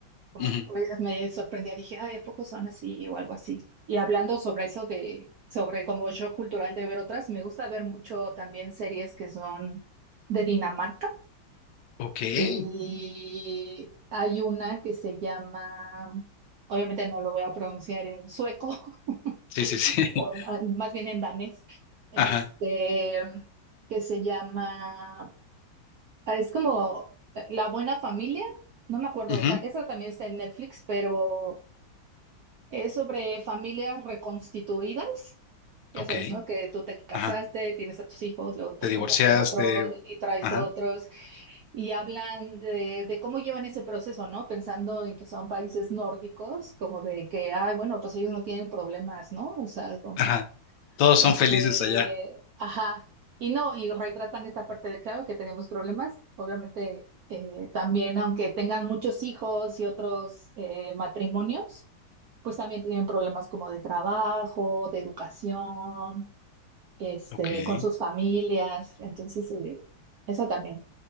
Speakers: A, on the right; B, on the left.
A: como
B: ujú.
A: que pues me sorprendía, dije, ay, ¿a poco son así o algo así? Y hablando sobre eso de, sobre como shock cultural de ver otras, me gusta ver mucho también series que son de Dinamarca
B: Ok. Sí,
A: Y hay una que se llama, obviamente no lo voy a pronunciar en sueco, <laughs>
B: sí, sí. <laughs>
A: o más bien en danés, este,
B: Ajá.
A: que se llama, ah, es como eh, La Buena Familia, no me acuerdo,
B: ujú,
A: ta- esa también está en Netflix, pero es sobre familias reconstituidas. Ya
B: Ok.
A: sabes, ¿no? Que tú te casaste,
B: Ajá.
A: tienes a tus hijos, luego te
B: Te divorciaste.
A: juntas con otro
B: o-
A: y traes
B: Ajá.
A: otros. y hablan de, de cómo llevan ese proceso, ¿no? Pensando en que son países nórdicos, como de que, ay, bueno, pues ellos no tienen problemas, ¿no? O sea, como,
B: Ajá. Todos
A: como
B: son felices
A: de,
B: allá.
A: ajá, y no, y retratan esta parte de, claro, que tenemos problemas, obviamente, eh, también, aunque tengan muchos hijos y otros eh, matrimonios, pues también tienen problemas como de trabajo, de educación, este,
B: Ok.
A: con sus familias, entonces, eh, eso también.